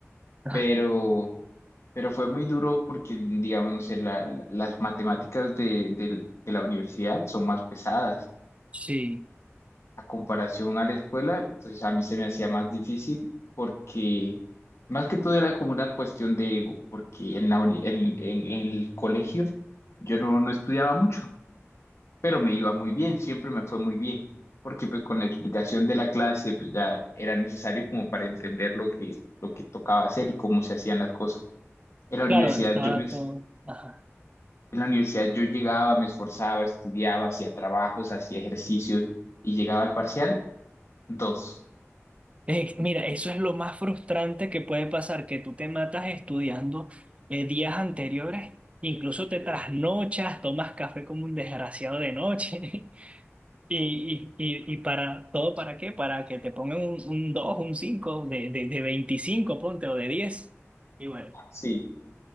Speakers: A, on the right (about 25°); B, on the left (about 65°).
A: <laughs>
B: pero, pero fue muy duro porque, digamos, no sé, la- la- las matemáticas de, del- de la universidad son más pesadas.
A: Sí,
B: a comparación a la escuela, entonces a mí se me hacía más difícil porque más que todo era como una cuestión de ego, porque en la uni- en, en- en el colegio yo no, no estudiaba mucho, pero me iba muy bien, siempre me fue muy bien, porque pues con la explicación de la clase pues ya era necesario como para entender lo que, lo que tocaba hacer y cómo se hacían las cosas. En la universidad
A: claro, estaba
B: yo me,
A: todo. ajá.
B: en la universidad yo llegaba, me esforzaba, estudiaba, hacía trabajos, hacía ejercicios y llegaba al parcial dos.
A: Eh, mira, eso es lo más frustrante que puede pasar, que tú te matas estudiando eh, días anteriores, incluso te trasnochas, tomas café como un desgraciado de noche, <laughs> y, y, y, y para todo para qué, para que te pongan un, un 2, un 5 de, de, de veinticinco ponte, o de diez, Y bueno,
B: Sí,